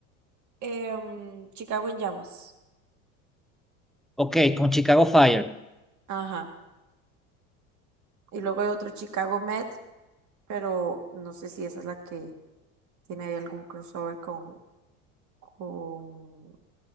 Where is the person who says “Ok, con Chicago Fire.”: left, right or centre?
Centre